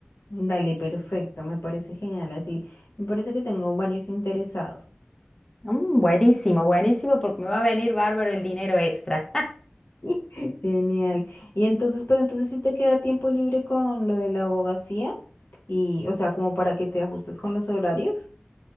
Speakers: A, on the left (about 80°); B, on the left (about 15°).
A: Dale, perfecto, me parece genial. Así, me parece que tengo varios interesados.
B: Mm, buenísimo, buenísimo, porque me va a venir bárbaro el dinero extra.
A: <laughs> Genial. Y entonces, pero entonces sí te queda tiempo libre con lo de la abogacía y, o sea, como para que te ajustes con los horarios.